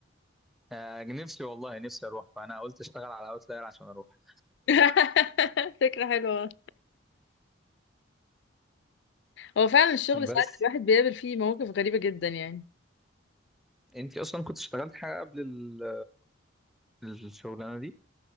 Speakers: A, in the centre; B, on the left.
A: آه نفسي والله نفسي اروح فانا قلت اشتغل على اوتلاير عشان اروح
B: <laughs> فكرة حلوة هو فعلا الشغل ساعات
A: بس
B: الواحد بيقابل فيه مواقف غريبة جدا يعني
A: انت اصلا كنت اشتغلت حاجه قبل ال- الشغلانه دي